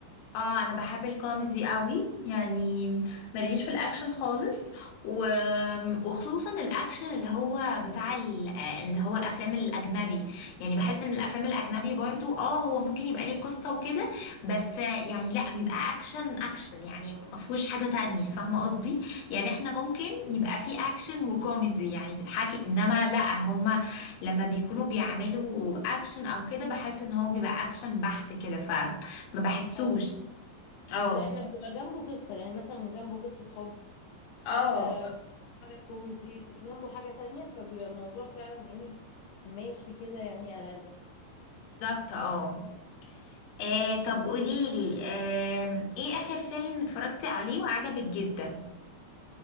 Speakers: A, on the left; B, on the left.
A: اه انا بحب الكوميدي قوي يعني ماليش في الاكشن خالص و... وخصوصا الاكشن اللي هو بتاع ال... اللي هو الافلام الاجنبي يعني بحس ان الافلام الاجنبي برضو اه هو ممكن يبقى ليه قصة وكده بس يعني لا بيبقى اكشن اكشن يعني ما فيهوش حاجة تانية فاهمة قصدي يعني
B: اه
A: احنا ممكن يبقى فيه اكشن وكوميدي يعني تضحكي انما لا هما لما بيكونوا بيعملوا اكشن او كده بحس ان هو بيبقى اكشن بحت كده ف ما بحسوش
B: آه.
A: اه
B: لا احنا بيبقى جنبه قصة يعني مثلا جنبه قصة حب
A: اه
B: آه حاجة كوميدي في- جنبه حاجة تانية فبيبقى الموضوع فعلا ايه ماشي كده يعني ألذ <laughs>
A: بالظبط اه آه، طب قوليلي آه، ايه اخر فيلم اتفرجتي عليه وعجبك جدا